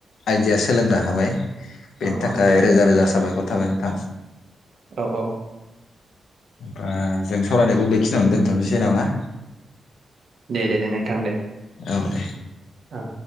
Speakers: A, on the left (about 90°); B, on the right (about 55°).
A: आइडिया सोलोंनो हाबाय। बेनि
B: अ
A: थाखाय
B: अ
A: रोजा रोजा साबाय खर थाबाय नोंथां।
B: औ औ।
A: होमबा जों सावरायनायखौ बेखिनियावनो दोनथनोसै नामा?
B: दे दे दे नोंथां दे।
A: औ दे।
B: औ